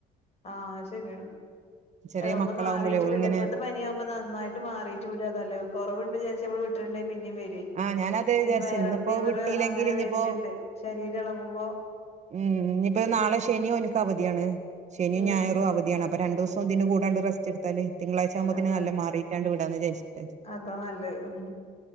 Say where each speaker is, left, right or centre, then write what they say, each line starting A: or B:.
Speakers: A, on the left; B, on the right.
A: ആഹ് അത് ശെരിയാ
B: ചെറിയ
A: അല്ല ഒന്ന്
B: മക്കളാവുമ്പളേ
A: മാറീട്ട്
B: ഓലിങ്ങനെ
A: വിടാ ഇപ്പത്തെ പനിയാവുമ്പോ ന നന്നായിട്ട് മാറീട്ട് വിടാ നല്ലെ കൊറവിണ്ട് വിചാരിച്ച് നമ്മള് വിട്ടിട്ട്ണ്ടേ പിന്നിം വെരെ
B: ആഹ് ഞാനതേ വിചാരിച്ച്
A: ഈ വൈറൽ
B: ഇന്നിപ്പോ
A: ഫീവറ്
B: വിട്ടിയില്ലെങ്കില്
A: അങ്ങനെ
B: ഇനിയിപ്പോ
A: വര്ന്ണ്ട് ശരീരം എളകുമ്പോ
B: ഉം ഇഞ്ഞിപ്പോ നാളെ ശെനിയും ഓൻക്ക് അവധിയാണ് ശെനിയും
A: ഉം
B: ഞായറും അവധിയാണ് അ അപ്പ രണ്ടൂസം ഇതിന്റെ കൂടാണ്ട് റെസ്റ്റ്ട്ത്താല് തിങ്കളാഴ്ചാവുമ്പോത്തിന്
A: അതെ
B: നല്ലോം
A: അതെ
B: മാറീട്ടാണ്ട് വിടാന്ന് വിചാരിച്ച്ട്ട്.
A: അതാ നല്ലെ ഉം.